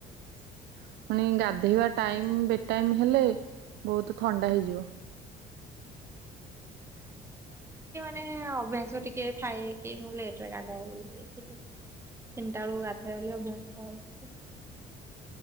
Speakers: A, on the right (about 75°); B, on the right (about 15°).
A: ପୁଣି ଗାଧେଇବା ଟାଇମ୍ ବେ ଟାଇମ୍ ହେଲେ ବହୁତ ଥଣ୍ଡା ହେଇଯିବ।
B: ମୋର୍ ଅଭ୍ୟାସ ଟିକେ ଥାଏ କି ମୁଁ ଲେଟ୍ ରେ ଗାଧାଏ ବୋଲି ତିନିଟା ବେଳକୁ ଗାଧାଇବା ବୋଲି ଅଭ୍ୟାସ ଅଛି।